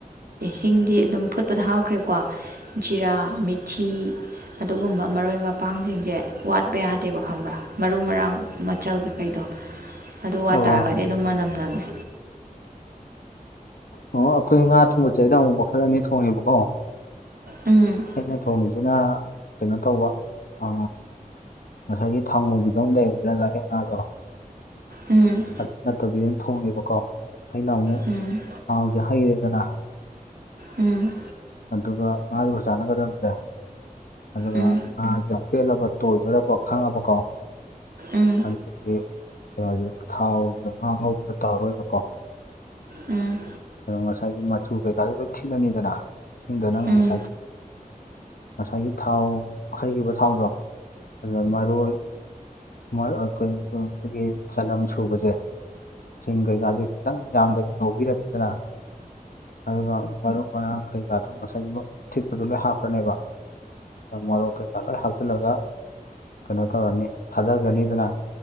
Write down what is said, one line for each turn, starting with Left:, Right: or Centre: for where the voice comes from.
Right: ꯍꯤꯡꯗꯤ ꯑꯗꯨꯝ ꯐꯨꯠꯄꯗ ꯍꯥꯥꯞꯈ꯭ꯔꯦꯀꯣ ꯖꯤꯔꯥ ꯃꯤꯊꯤ ꯑꯗꯨꯒꯨꯝꯕ ꯃꯔꯣꯏ ꯃꯄꯥꯡꯁꯤꯡꯁꯦ ꯋꯥꯠꯄ ꯌꯥꯗꯦꯕ ꯈꯪꯕ꯭ꯔꯥ ꯃꯔꯨ ꯃꯔꯥꯡ ꯃꯆꯜ ꯀꯩ ꯀꯩ ꯑꯗꯣ ꯑꯗꯨ ꯋꯥ
Left: ꯑꯣ
Right: ꯇꯥꯔꯒꯗꯤ ꯑꯗꯨꯝ ꯃꯅꯝ ꯅꯝꯃꯦ
Left: ꯑꯣ ꯑꯩꯈꯣꯏ ꯉꯥ ꯊꯣꯡꯕꯆꯏꯗ ꯑꯃꯨꯛ ꯃꯈꯜ ꯑꯅꯤ ꯊꯣꯡꯉꯦꯕꯀꯣ
Right: ꯎꯝ
Left: ꯑꯩꯅ ꯊꯣꯡꯁꯤꯅ ꯀꯩꯅꯣ ꯇꯧꯕ ꯑ ꯉꯁꯥꯏꯒꯤ ꯊꯥꯡꯉꯧꯕꯤꯗꯨ ꯑꯃ ꯂꯩꯔꯅꯤꯗꯅ ꯗꯥꯔꯦꯛ ꯉꯥꯗꫭ
Right: ꯎꯝ
Left: ꯑꯗꯨ ꯅꯠꯇꯕꯤ ꯑꯃ ꯊꯣꯡꯅꯦꯕꯀꯣ ꯑꯩꯅ ꯑꯃꯨꯛ
Right: ꯎꯝ
Left: ꯍꯥꯎꯗꯨ ꯍꯩꯔꯦꯗꯅ
Right: ꯎꯝ
Left: ꯑꯗꯨꯒ ꯉꯥꯗꯨꯒ ꯆꯥꯟꯅꯒꯗꯕꯁꯦ ꯑꯗꯨꯒ
Right: ꯎꯝ
Left: ꯉꯥꯒ ꯄꯦꯠꯂꯕ ꯇꯣꯏꯗꯧꯔꯕ ꯈꯪꯉꯕꯀꯣ
Right: ꯎꯝ
Left: ꯑꯗꯨꯗꯤ ꯀꯩꯅꯣ ꯍꯥꯏꯁꯦ ꯊꯥꯎꯗ ꯉꯥ ꯉꯧꯕꯗ ꯇꯥꯔꯣꯏꯕꯀꯣ
Right: ꯎꯝ
Left: ꯑ ꯉꯁꯥꯏꯒꯤ ꯃꯆꯨ ꯀꯩꯀꯥꯗꯨꯗ ꯊꯤꯠꯂꯅꯤꯗꯅ ꯏꯁꯤꯡꯗ ꯅꯪ ꯉꯁꯥꯏ
Right: ꯎꯝ
Left: ꯉꯁꯥꯏꯒꯤ ꯊꯥꯎ ꯍꯩꯈꯤꯕ ꯊꯥꯎꯗꯣ ꯑꯗꯨꯗ ꯃꯔꯣꯏ ꯃꯥ ꯑꯥ ꯀꯩꯅꫭ ꯑꯥ ꯑꯩꯈꯣꯏꯒꯤ ꯆꯗꯝ ꯁꯨꯕꯁꯦ ꯆꯤꯡ ꯀꯩꯀꯥꯗꯨ ꯈꯤꯇꯪ ꯌꯥꯝꯗꯕꯤ ꯉꯧꯕꯤꯔꯅꯤꯗꯅ ꯑꯗꯨꯒ ꯃꯔꯨ ꯃꯔꯥꯡ ꯀꯩꯀꯥꯗꯣ ꯉꯁꯥꯏꯒꯤ ꯊꯤꯛꯄꯗꯨ ꯂꯣꯏ ꯍꯥꯞꯈ꯭ꯔꯅꯦꯕ ꯃꯔꯣꯛ ꯀꯩꯀꯥ ꯂꯣꯏ ꯍꯥꯞꯆꯤꯜꯂꯒ ꯀꯩꯅꯣ ꯇꯧꯔꯅꯤ ꯊꯥꯗꯒꯅꯤꯗꯅ